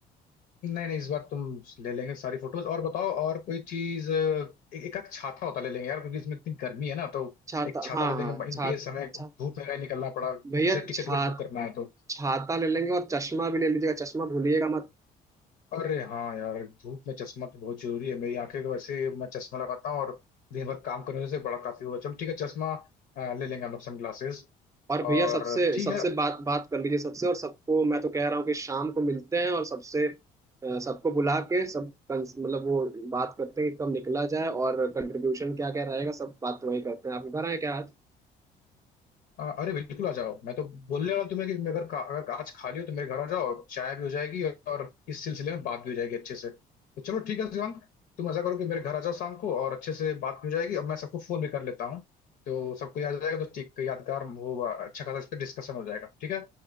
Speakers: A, on the left (about 75°); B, on the right (about 20°).
A: नहीं नहीं इस बार तुम ले लेंगे सारी फोटोज और बताओ और कोई चीज एक एक आध छाता होता ले लेंगे यार क्योंकि इसमें इतनी गर्मी है ना तो
B: छाता
A: एक छाता
B: हाँ
A: ले
B: हाँ
A: लेंगे
B: छा
A: इनके समय
B: छा
A: धूप में कहीं निकलना पड़ा
B: भैया
A: जैसे टिकट
B: छाता
A: विकट बुक करना है तो
B: छाता ले लेंगे और चश्मा भी ले लीजिएगा चश्मा भूलिएगा मत
A: अरे हाँ यार धूप में चश्मा तो बहुत जरूरी है मेरी आंखें तो वैसे मैं चश्मा लगाता हूँ और दिन भर काम करने से बड़ा काफी होगा चलो ठीक है चश्मा अ, ले लेंगे हम लोग सन ग्लासेस
B: और भैया
A: और
B: सबसे
A: ठीक
B: सबसे
A: है
B: बात बात कर लीजिए सबसे और सबको मैं तो कह रहा हूँ कि शाम को मिलते हैं और सबसे अ, सबको बुला के सब कंस- मतलब वो बात करते हैं कि कब निकला जाए और कंट्रीब्यूशन क्या क्या रहेगा सब बात तो वही करते हैं आपके घर आए क्या आज
A: आ, अरे बिल्कुल आ जाओ मैं तो बोलने वाला तुम्हें कि अगर का, अगर आज खाली हो तो मेरे घर आ जाओ चाय भी हो जाएगी और इस सिलसिले में बात भी हो जाएगी अच्छे से तो चलो ठीक है शिवांग तुम ऐसा करो कि मेरे घर आ जाओ शाम को और अच्छे से बात भी हो जाएगी और मैं सबको फोन भी कर लेता हूँ तो सबको याद आ जाएगा तो ठीक यादगार वो अच्छा खासा इस पर डिस्कशन हो जाएगा ठीक है